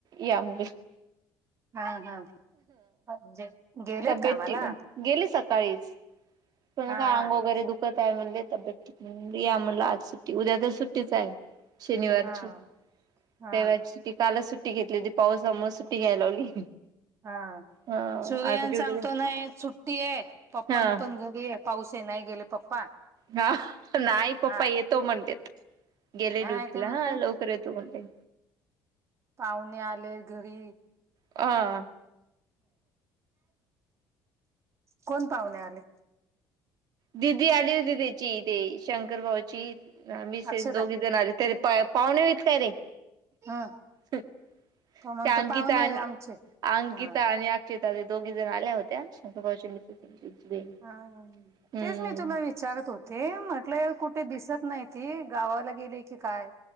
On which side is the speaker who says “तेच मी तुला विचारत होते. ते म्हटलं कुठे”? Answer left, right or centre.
Right